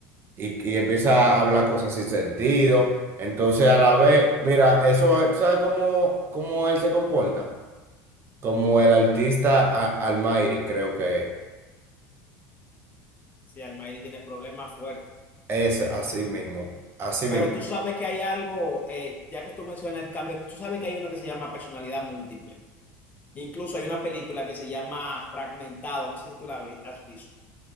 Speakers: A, on the right; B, on the left.
A: y- y empieza a hablar cosas sin sentido. Entonces, a la vez, mira, eso, es- ¿tú sabes cómo, cómo él se comporta? Como el artista a- Almighty, creo que
B: Sí, Almairi tiene problemas fuertes.
A: es así mismo, así
B: Pero
A: mismo.
B: tú sabes que hay algo, eh, ya que tú mencionas el cambio, tú sabes que hay uno que se llama personalidad múltiple. Incluso hay una película que se llama Fragmentado, no sé si tú la vi- has visto.